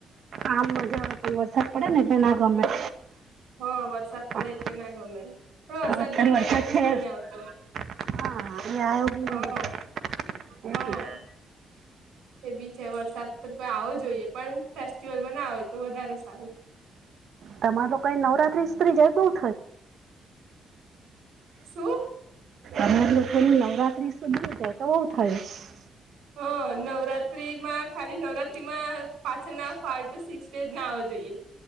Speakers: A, on the right; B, on the right.
A: આમ મજા આવ પણ વરસાદ પડે ને એટલે ના ગમે.
B: હા, વરસાદ
A: પણ
B: પડે એટલે ના ગમે, પણ વરસાદ
A: અત્યારે
B: બી કેટલા
A: વરસાદ
B: ટાઈમ
A: છે
B: થી નહી આવતો.
A: હા એ આવ્યો બી
B: હા,
A: નહીં
B: હા.
A: એટલે
B: એ બી છે, વરસાદ તો પહીં આવો જોઈએ, પણ ફેસ્ટિવલમાં ના આવે તો વધારે સારું.
A: તમાર લોકોએ નવરાત્રીએ સ્ત્રી જાય બોવ.
B: શું?
A: અમાર લોકોની નવરાત્રી સુધી <unintelligible>
B: હા નવરાત્રી માં ખાલી નવરાત ત્રીમાં પાછળ ના ફાઈવ ટુ સિક્સ ડે ના આવો જોઈએ.